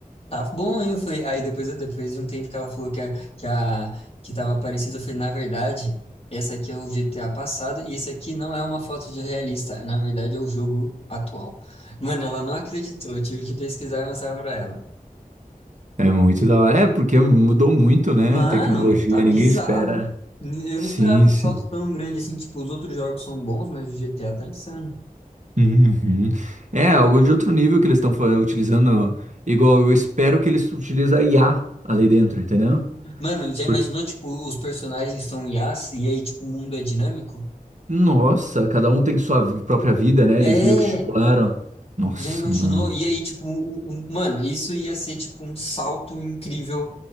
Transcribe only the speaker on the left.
Tá bom, hein? eu falei, aí depois, depois de um tempo que ela falou que, a, que, a, que tava parecido, eu falei, na verdade, essa aqui é o GTA passado e esse aqui não é uma foto de realista, na verdade é o jogo atual. Mano, ela não acreditou, eu tive que pesquisar e mostrar pra ela.
Mano,
tá bizarro.
Eu
não esperava
um salto tão grande assim, tipo, os outros jogos são bons, mas o GTA tá insano.
Mano, já
imaginou, tipo, os personagens são IAs e aí, tipo, o mundo é dinâmico?
É!
Já imaginou?
E aí, tipo, o- o- mano, isso ia ser tipo um salto incrível